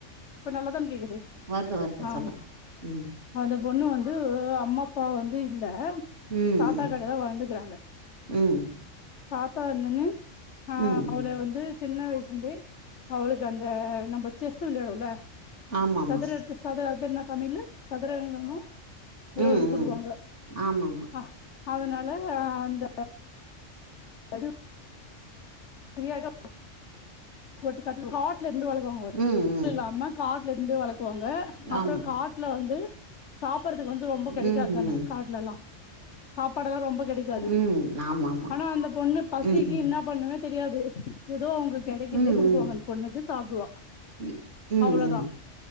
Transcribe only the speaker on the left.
இப்ப நல்லாதான கேக்குது
ஆம்
அந்த பொண்ணு வந்து உ அம்மா அப்பா வந்து இல்ல
தாத்தா
கெட்டதா வளந்துக்கிறாங்க
தாத்தா வந்துன்னு ஆ
அவள வந்து சின்ன வயசுருந்தே அவளுக்கு அந்த நம்ப செஸ்ஸு விளையாடுவோல
சதுரட்ச் சதுர அதுக்கு என்ன தமிழ்ல சதுரங்கமோ
எதோ ஒன்னு சொல்லுவாங்க
ஆ அதனால ஆ அந்த அது <unintelligible> ஒவ்வொருத்த காட்டுல காட்லருந்து வளக்குவாங்க
<inaudible>
இல்லாம காட்லருந்து வளக்குவாங்க அப்றோ
காட் ட்ல வந்து சாப்பட்றதுக்கு வந்து ரொம்ப கெடைக்காது
தான காட்லெல்லா சாப்பாடெல்லா ரொம்ப கெடைக் காது
ஆனா அந்த பொண்ணு பசிக்கு
இன்னாப் பண்ணுமே தெரியாது எதோ அவுங்க கெடைக்கற்தே
குடுக்குவாங்க அந்த பொண்ணுக்கு சாப்டுவா
அவளதா